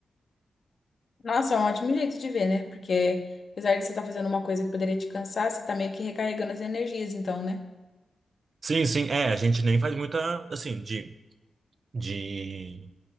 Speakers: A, on the left; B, on the right.
A: Nossa, é um ótimo jeito de ver, né? Porque apesar de você estar fazendo uma coisa que poderia te cansar, você tá meio que recarregando as energias, então, né?
B: Sim, sim, é, a gente nem faz muita, assim, de, de